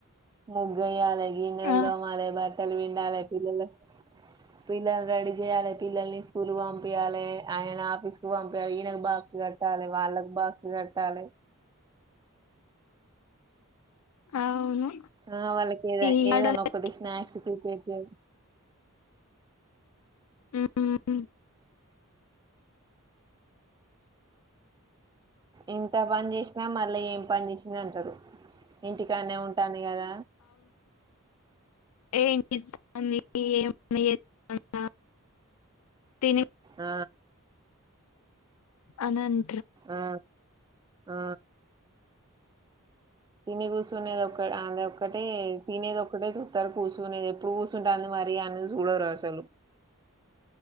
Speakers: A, on the right (about 20°); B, on the left (about 75°).
A: ముగ్గుయాలే గిన్నెలు
B: ఆ
A: దోమాలే బట్టలు పిండాలే పిల్లలు పిల్లలు రెడీ చేయాలలే పిల్లల్ని స్కూల్ పంపియాలే అయనను ఆఫీసుకి పంపు ఈయనకు బాక్స్ కట్టాలే వాళ్ళకి బాక్ కట్టాలే
B: అవును
A: ఆ వాళ్ళకి ఏద
B: ఈ
A: ఏదన్నా
B: ఆడోల్లే
A: ఒక్కటి స్నాక్స్ ప్రీపేర్ చేస్తే
B: ఉ ఊ
A: ఇంత పని చేసినా మల్లి ఏం పని చేసింది అంటారు ఇంటికానే ఉంటది పనిగాద
B: ఏయి ఇ అ ఏమన్నా అ తిని
A: ఆ
B: అనన్
A: ఆ ఆ తిని గుసు తినేది ఒక అద ఒక్కటే తినేది ఒక్కటే చూస్తూ అస్సలు కూర్చునేది ఎప్పుడు కూర్సుుంటుంది మరి అన్నది చూడరు అసలు